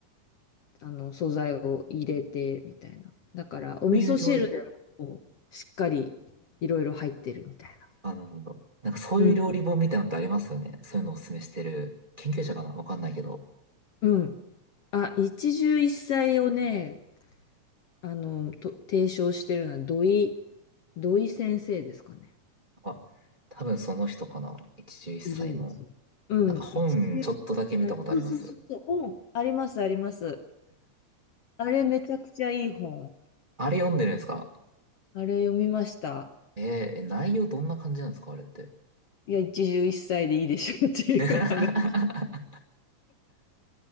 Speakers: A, on the left; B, on the right.
A: あの、素材を入れて、みたいな。だから、お味噌汁でもこうしっかりいろいろ入ってるみたいな。
B: ういう料理、あ、なるほど。なんかそういう料理本みたいなのってありますよね。
A: うん。
B: そういうのをお勧めしてる。研究者かなわかんないけど。
A: うんあ、一汁一菜をね、あの、と提唱してるのは土井、土井先生ですかね。
B: あ、多分その人かな。一汁一菜の。
A: いるんですよ。うん、
B: なんか本ちょっとだけ見たことあります。
A: 一汁一菜。そうそうそうそう、本。あります、あります。あれめちゃくちゃいい本。
B: あれ読んでるんですか
A: あれ読みました。
B: えー、内容どんな感じなんですかあれって。
A: いや、一汁一菜でいいでしょっていう話。
B: <laughs>